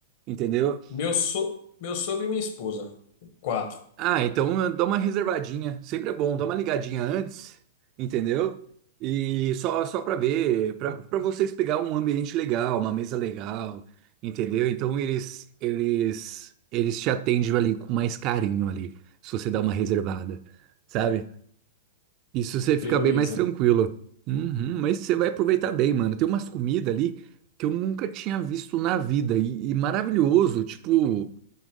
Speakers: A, on the right; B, on the left.
A: entendeu?
B: Meu, so, meu sogro e minha esposa. Quatro.
A: Ah, então eh, dá uma reservadinha, sempre é bom, dá uma ligadinha antes, entendeu? E só, só para ver, para para vocês pegar um ambiente legal, uma mesa legal, entendeu? Então eles, eles, eles te atendem ali com mais carinho ali, se você dá uma reservada, sabe? Isso você fica
B: Beleza.
A: bem mais tranquilo. Uhum, mas você vai aproveitar bem, mano. Tem umas comidas ali que eu nunca tinha visto na vida. E, e maravilhoso. Tipo,